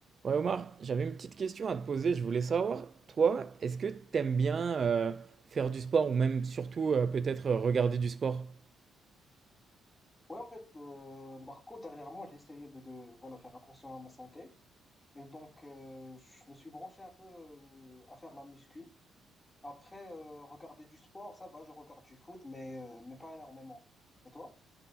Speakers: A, on the right; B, on the left.
A: Ouais, Omar, j'avais une petite question à te poser. Je voulais savoir, toi, est-ce que t'aimes bien euh, faire du sport ou même surtout euh, peut-être euh, regarder du sport?
B: Oui en fait, euh, Marco, dernièrement, j'ai essayé de, de voilà, faire attention à ma santé. Et donc, euh, je me suis branché un peu euh, à faire la muscu. Après, euh, regarder du sport, ça va, je regarde du foot, mais, euh, mais pas énormément. Et toi?